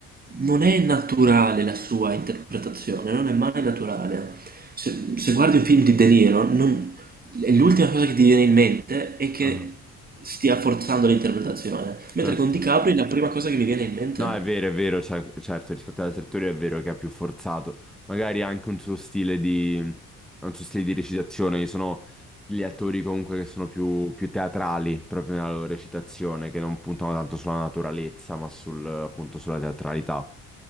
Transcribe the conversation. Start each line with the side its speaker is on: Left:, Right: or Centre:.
Right: non è naturale la sua interpretazione, non è mai naturale. Se, se guardi un film di De Niro, non- l'ultima cosa che ti viene in mente è che
Centre: Ah,
Right: stia forzando l'interpretazione, mentre
Centre: certo.
Right: con DiCaprio è la prima cosa che mi viene in mente.
Centre: No, è vero, è vero, cioè, certo, rispetto ad altri attori è vero che è più forzato. Magari anche un suo stile di, un suo stile di recitazione. Ci sono gli attori comunque che sono più, più teatrali proprio nella loro recitazione, che non puntano tanto sulla naturalezza, ma sul, appunto sulla teatralità.